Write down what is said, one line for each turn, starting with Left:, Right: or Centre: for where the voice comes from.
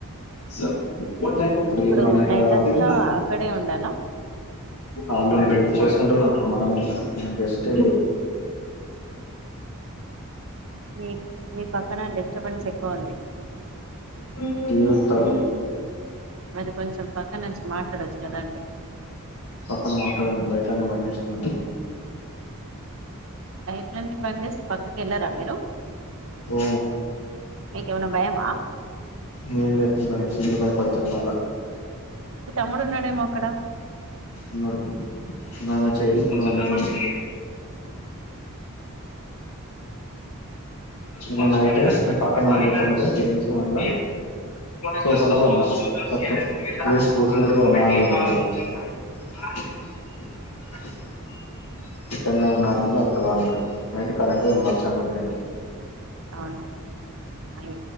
Left: ఇది
Right: ఇప్పుడు
Left: మన ఇంట్లో
Right: నైట్
Left: కాబట్టి.
Right: అంతా అక్కడే ఉండాలా
Left: ఆల్లుంటారు, చేసేటోల్లుంటారు, మనమెందుకు నేను <unintelligible> స్ట్.
Right: మీ మీ పక్కన డిస్టర్బెన్స్ ఎక్కువ ఉంది
Left: <unintelligible> తిరుత్తలే
Right: మరి కొంచెం పక్కనోచ్చి మాట్లాడొచ్చు కదాండి
Left: పక్కన మాట్లాడడానికి లైట్లన్ని బంద్ చేసుకోండి
Right: లైట్లని బంద్ చేస్తే పక్కకేల్లరా మీరు
Left: ఓ
Right: మీకేమైనా భయమా
Left: నేన్ లేప్తే భయం చిన్ను భయపడతాడు మళ్ళా
Right: మీ తమ్ముడున్నాడేమో అక్కడ
Left: ఉన్నడు నాలా చేయించుకోండ. <unintelligible> <inaudible> ఏమన్న అయితే ని పక్కన పండుకుంటే లేషి మల్ల సోఫాల
Right: ఉమ్,
Left: పన్న ఖతం లేచి కూర్చునుడు మాఆవిడ <unintelligible> అ ఇక్కడ్నే ఉన్నవన్నోళ్ళు అప్పుడు పన్నరు, నైట్ కరెంట్ పోయింది వర్షం గొట్టింది
Right: అవునా అయి